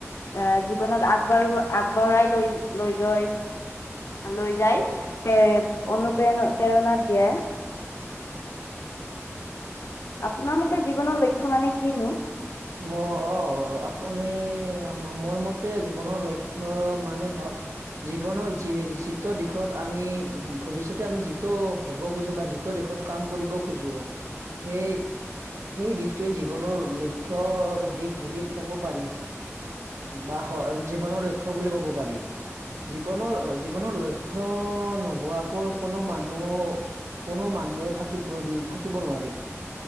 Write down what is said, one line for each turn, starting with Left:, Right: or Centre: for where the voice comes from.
Left: এ জীব ৱনত আগবাঢ়ো - আগবঢ়াই লৈ - লৈ গৈ। লৈ যায়
Right: অ
Left: প্ৰে -
Right: অ
Left: অনুপ্ৰেৰণা প্ৰেৰণা দিয়ে। আপোনাৰ মতে জীৱনৰ লক্ষ্য মানে কিনো?
Right: ম অ আপ আপুনি মোৰ - মোৰ মতে জীৱনৰ লক্ষ্য মানে হল জীৱনৰ যি যিটো দিশত আমি ভৱিষ্যতে আমি যিটো হ'ব খোজো বা যিটো দেশত কাম কৰিব খোজো সেই - সেই দিশটোৱে জীৱনৰ লই ক্ষ্যৰ দিশ বুলি ক'ব পাৰি বা হ জীৱনৰ লক্ষ্য। খ বুলি ক'ব পাৰি। জীৱনৰ জীৱনৰ লক্ষ্য নোহোৱাকৈ কোনো মানুহ কোনো মানুহে থাকিব থাকিব নোৱাৰে